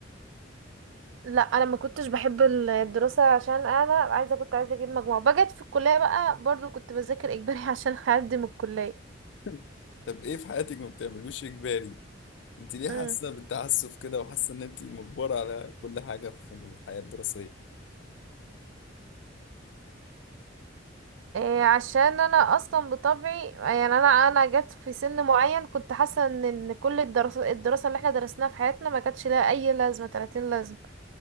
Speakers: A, on the right; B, on the left.
A: لا انا ما كنتش بحب الدراسه عشان انا عايزه كنت عايزه اجيب مجموع بجد في الكليه بقى برضو كنت بذاكر اجباري <laughs> عشان اقدم الكليه
B: <laughs> طب إيه في حياتك ما بتعملوش إجباري؟ انت ليه
A: امم
B: حاسه بالتعسف كده وحاسه ان انت مجبره على كل حاجه في الحياه الدراسيه
A: إيه عشان انا اصلا بطبعي يعني انا انا جت في سن معين كنت حاسه ان إن كل الدراسه الدراسه اللي احنا درسناها في حياتنا ما كانتش لها اي لازمه 30 لازمه